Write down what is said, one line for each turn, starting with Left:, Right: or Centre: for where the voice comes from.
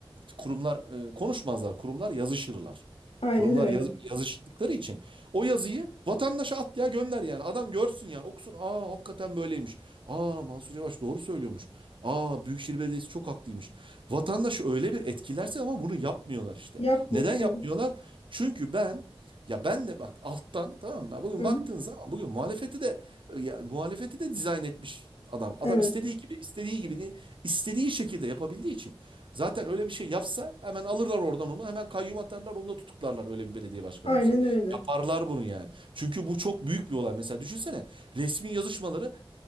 Right: kurumlar e, konuşmazlar, kurumlar yazışırlar.
Left: Aynen
Right: Kurumlar
Left: öyle.
Right: yaz- yazıştıkları için o yazıyı vatandaşa at ya gönder yani. Adam görsün yani okusun. Aa hakikaten böyleymiş. Aa Mansur Yavaş doğru söylüyormuş. Aa Büyükşehir Belediyesi çok haklıymış. Vatandaşı öyle bir etkilerse ama bunu yapmıyorlar işte.
Left: Yapmıyor.
Right: Neden yapmıyorlar?
Left: Evet.
Right: Çünkü ben ya ben de bak alttan tamam mı? Bugün
Left: Hı
Right: baktığın
Left: hı.
Right: zaman bugün muhalefeti de ya, muhalefeti de dizayn etmiş adam. Adam
Left: Evet.
Right: istediği gibi istediği gibi istediği şekilde yapabildiği için zaten öyle bir şey yapsa hemen alırlar oradan onu hemen kayyum atarlar onu da tutuklarlar öyle bir belediye başkanı
Left: Aynen
Right: olsa.
Left: öyle.
Right: Yaparlar bunu yani. Çünkü bu çok büyük bir olay. Mesela düşünsene resmi yazışmaları